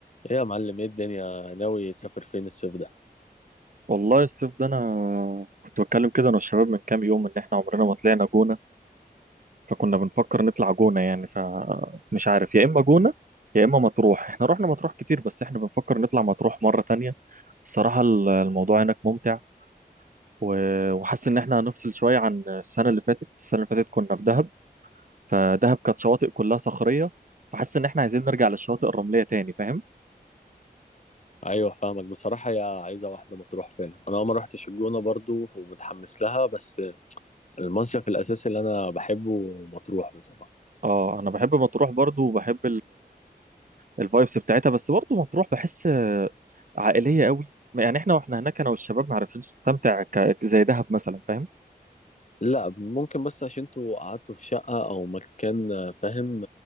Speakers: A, on the left (about 45°); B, on the right (about 55°).
A: ايه يا معلم ايه الدنيا ناوي تسافر فين الصيف ده
B: والله الصيف ده انا كنت بتكلم كده انا والشباب من كام يوم ان احنا عمرنا ما طلعنا جونة فكنا بنفكر نطلع جونة يعني فمش عارف يا اما جونة يا اما مطروح احنا رحنا مطروح كتير بس احنا بنفكر نطلع مطروح مرة تانية الصراحة ال- الموضوع هناك ممتع و- وحاسس ان احنا هنفصل شوية عن السنة اللي فاتت السنة اللي فاتت كنا في دهب فدهب كانت شواطئ كلها صخرية فحاسس ان احنا عايزين نرجع للشواطئ الرملية تاني فاهم
A: ايوه فاهمك بصراحه يا عايزه واحده مطروح فعلا انا ما رحتش الجونه برضو ومتحمس لها بس المصيف الاساسي اللي انا بحبه مطروح بصراحه
B: اه انا بحب مطروح برضو وبحب الفايبس بتاعتها بس برضه مطروح بحس آه، عائليه قوي يعني احنا واحنا هناك انا والشباب ما عرفناش نستمتع ك... زي دهب مثلا فاهم
A: لا ممكن بس عشان انتوا قعدتوا في شقه او مكان فاهم